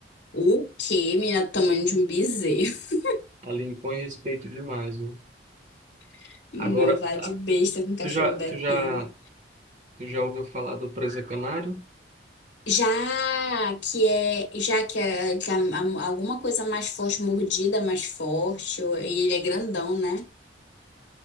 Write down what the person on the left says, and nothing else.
O quê, menina? do Tamanho de um bezerro.
<laughs> Não
vá
de besta com um cachorro
daquele.
Já que é, já que, é, que a- a- alguma coisa mais forte, mordida mais forte, ou- e ele é grandão, né?